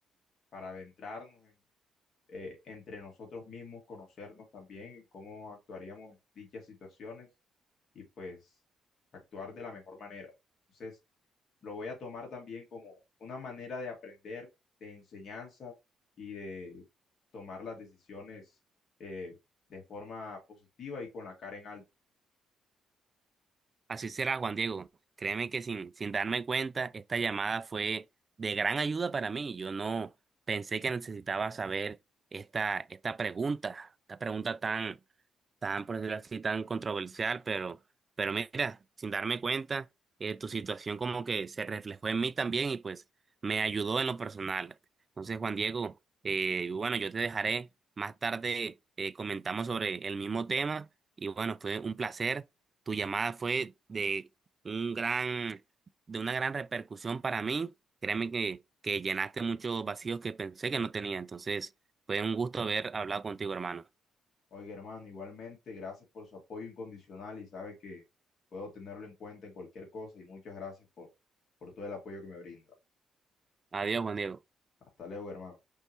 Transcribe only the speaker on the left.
para adentrarnos en eh, entre nosotros mismos, conocernos también, cómo actuaríamos en dichas situaciones y pues actuar de la mejor manera. Entonces, lo voy a tomar también como una manera de aprender, de enseñanza y de tomar las decisiones eh, de forma positiva y con la cara en alto.
Oiga, hermano, igualmente, gracias por su apoyo incondicional y sabe que puedo tenerlo en cuenta en cualquier cosa y muchas gracias por, por todo el apoyo que me brinda.
Hasta luego, hermano.